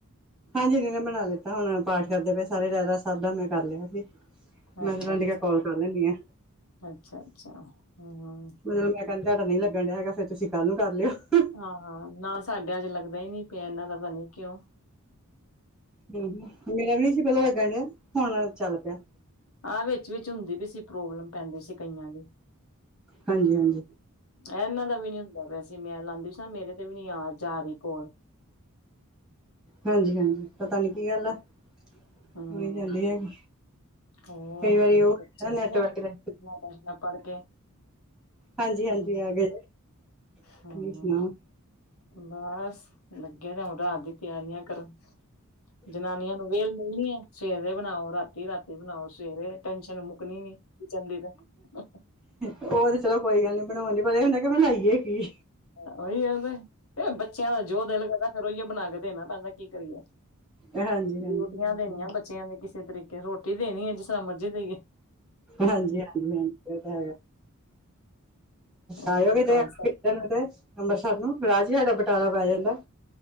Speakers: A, in the centre; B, on the left.
A: ਹਾਂਜੀ, ਇਹ ਨੇ ਬਣਾ ਲਿੱਤਾ, ਹੁਣ ਪਾਠ ਕਰਦੇ ਪਏ ਸਾਰੇ ਰਹਿਰਾਸ ਸਾਬ ਦਾ, ਮੈਂ ਕਰ ਲਿਆ ਸੀ। ਮੈਂ
B: ਅੱਛਾ
A: ਰਹਿੰਦੀ ਆਂ
B: ਅੱਛਾ
A: ਕਿਹਾ ਕਾਲ ਕਰ ਲੈਂਦੀ ਆ।
B: ਅੱਛਾ ਅੱਛਾ ਹਮ
A: ਮੈਂ ਰਹਿੰਦੀਆਂ ਮੈਂ ਤੁਹਾਡਾ ਨੀ ਲੱਗ ਰਿਹਾ ਹੈਗਾ ਫਿਰ ਤੁਸੀਂ ਕੱਲ ਨੂੰ ਕਰ ਲੇਓ।
B: ਹਾਂ, ਨਾ ਸਾਡਾ ਅੱਜ ਲੱਗਦਾ ਹੀ ਨੀ ਪਿਆ ਇਹਨਾਂ ਦਾ ਪਤਾ ਨੀ ਕਿਉਂ।
A: ਹੂੰ, ਮੇਰਾ ਵੀ ਨਹੀਂ ਸੀ ਪਹਿਲਾਂ ਲੱਗਣ ਡਹਾ ਹੁਣ ਚੱਲ ਪਿਆ।
B: ਆਹ ਵਿੱਚ-ਵਿਚ ਹੁੰਦੀ ਵੀ ਸੀ ਪ੍ਰੋਬਲਮ ਪੈਂਦੀ ਸੀ ਕਈਆਂ ਦੀ।
A: ਹਾਂਜੀ-ਹਾਂਜੀ।
B: ਇਹਨਾਂ ਦਾ ਵੀ ਨੀ ਹੁੰਦਾ ਵੈਸੇ। ਮੈਂ ਲਾਉਂਦੀ ਵੀ ਸੀ ਨਾ ਮੇਰੇ ਤੇ ਵੀ ਨੀ ਆ ਜਾ ਰਹੀ ਕੋਲ।
A: ਹਾਂਜੀ-ਹਾਂਜੀ ਪਤਾ ਨੀ ਕੀ ਗੱਲ ਆ। ਹੋਣੀ
B: ਹਮ
A: ਜਾਂਦੀ ਹੈਗੀ।
B: ਹੋਰ
A: ਕਈ ਵਾਰੀ ਉਹ
B: ਬੱਚੇ
A: ਨੈਟ
B: ਆ ਗਏ
A: ਵਰਕ
B: ਟਿਊਸ਼ਨਾਂ
A: ਨੇ।
B: ਟਾਸ਼ਨਾਂ ਪੜ੍ਹ ਕੇ
A: ਹਾਂਜੀ ਹਾਂਜੀ
B: ਹਮ
A: ਆ ਗਏ ਤੁਸੀਂ
B: ਹਮ
A: ਸੁਣਾਓ?
B: ਬਸ ਲੱਗਿਆ ਨੇ ਹ ਰਾ ਦੀ ਤਿਆਰੀਆਂ ਕਰਨ ਜਨਾਨੀਆਂ ਨੂੰ ਵੇਲ ਮਿਲਣੀ ਹੈ। ਸਵੇਰੇ ਬਣਾਓ ਰਾਤੀ ਰਾਤੀ ਬਣਾਓ ਸਵੇਰੇ ਟੈਨਸ਼ਨ ਮੁੱਕਣੀ ਨੀ ਕਿਚਨ ਦੀ ਤਾਂ
A: ਉਹ ਤੇ ਚਲੋ ਕੋਈ ਗੱਲ ਨੀ ਬਣਾਉਣ ਦੀ ਪਰ ਹੁੰਣ ਕਿ ਬਣਾਈਏ ਕੀ।
B: ਉਹੀ ਕਿੰਦੇ ਇਹ ਬੱਚੇ ਬੱਚਿਆਂ ਦਾ ਜੋ ਦਿਲ ਲਦਾ ਫੇਿਰ ਉਹੀਏ ਬਣਾ ਕੇ ਦੇਣਾ ਪਹਿਲਦਾ ਕੀ ਕਰੀਏ।
A: ਹਾਂਜੀ-ਹਾਂਜੀ-ਹਾਂਜੀ।
B: ਡਿਊਟੀਆਂ ਦੇਣੀਆਂ ਬੱਚਿਆਂ ਦੇ ਕਿਸੇ ਤਰੀਕੇ ਰੋਟੀ ਦੇਣੀ ਹੈ ਜਿਸ ਤਰ੍ਹਾਂ ਮਰਜ਼ੀ ਦੇਈਏ।
A: ਹਾਂਜੀ ਹਾਂਜੀ ਹਾਂਜੀ ਇਹ ਤਾਂ ਹੈਗਾ।
B: ਹੋਰ
A: ਆ ਜਾਓਗੇ ਜੇ
B: ਘਰ ਸਭ
A: ਤੇ ਅੰਮ੍ਰਿਸਰ ਨੂੰ ਰਾਜ ਸਾਡਾ ਬਟਾਲਾ ਪੈ ਜਾਂਦਾ